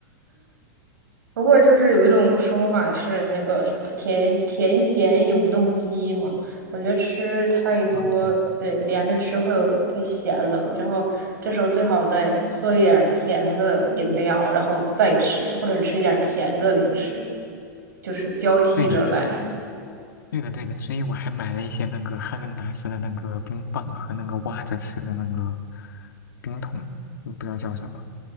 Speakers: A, on the right; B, on the left.
A: 不过就是有一种说法是那个什么甜甜咸永动机嘛，我觉得吃太多，
B: 哦，对，
A: 对，连着吃会有太咸了，之后这时候最好再喝一点儿甜的饮料，然后再吃，或者吃一点儿甜的零食，就是交替着来。
B: 对的，对的，对的，所以我还买了一些那个哈根达斯的那个冰棒和那个挖着吃的那个冰桶，不知道叫什么。